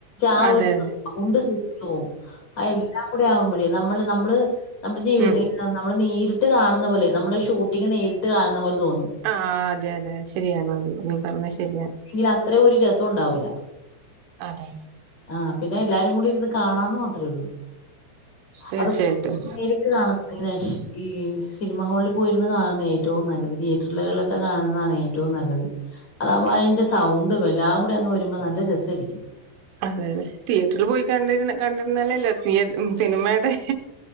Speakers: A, on the left; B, on the right.
A: ആ
B: അതെ
A: ഒരു
B: അതെ
A: സൗണ്ട് സിറ്റവും എല്ലാം കൂടെ ആവുമ്പോഴേ നമ്മള് നമ്മള് നമ്മുടെ ജീവി
B: ഉം
A: നമ്മള് നേരിട്ട ട്ട് കാണുന്ന പോലെ നമ്മുടെ ഷൂട്ടിംഗ് നേരിട്ട് കാണുന്ന പോലെ തോന്നും
B: ആ അ അതെ അതെ ശരിയണോത് നീ പറഞ്ഞ ശരിയാ
A: ങ്കിൽ അത്ര ഒരു രസം ഉണ്ടാവൂില്ല
B: അതെ
A: ആ പിന്നെ എല്ലാരും കൂടി ഇരുന്ന് കാണാന്ന് മാത്രേ ഉള്ളു
B: തീർച്ചയായിട്ടും
A: അതൊക്കെ നേരിട്ട് കാണുന്നുനാേഷ് ഈ സിനിമ ഹാളിൽ പോയിരുന്നു കാണുന്ന ഏറ്റവും നല്ലത് തിയേറ്ററിലുകളിലൊക്കെ കാണ താണ് ഏറ്റവും നല്ലത് അതാ അതിന്റെ സൗണ്ടും എല്ലാം കൂടി അങ്ങ് വരുമ്പോ നല്ല രസമായിരിക്കും
B: അതെ അതെ തിയേറ്ററിൽ പോയി കണ്ടിുന്ന കണ്ടിരല്ലേല്ലോ തിയ സിനിമയുടെ